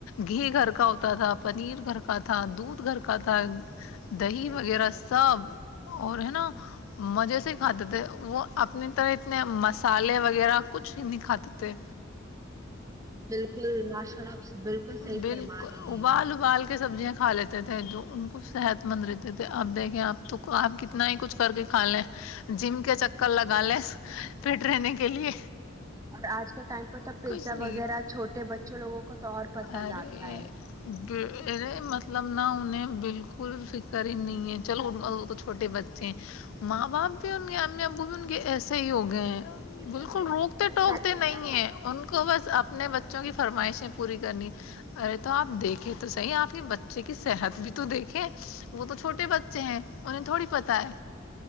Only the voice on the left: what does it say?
گھی گھر کا ہوتا تھا پنیر گھر کا تھا دودھ گھر کا تھا دہی وغیرہ
سب اور ہے نا مزے سے ہی کھاتے تھ وہ اپنی طرح اتنے مسالے وغیرہ کچھ نہیں کھاتے تھے
بالکل
ابال
ابال سبزیاں کا لیتے تھے جو ان کو صحت مند رہتے تھے اب دیکھیں آپ تو آپ کتنا ہی کچھ کر کے کھا لیں جم کے چکر لگا لیں فٹ رہنے کے لیے
کچھ نہیں
ارے
اے
مطب مطلب نہ انہیں بالکل فکر ہی نہیں ہے چلو وہ تو چھوٹے بچے ہیں ماں باپ بھی ان کے امی ابو بھی ان کے ایسے ہی ہوگے گئے
بالکل
روکتے
ٹوکتے
نہیں
ہیں ان کو بس اپنے بچ بچوں کی فرمائشیں پوری کرنی ہے ارے تو آپ دیکھیں تو صحیح آپ کے بچے کی صحت بھی تو دیکھیں وہ تو چھوٹے بچے ہیں انہیں تھوڑی پتہ ہے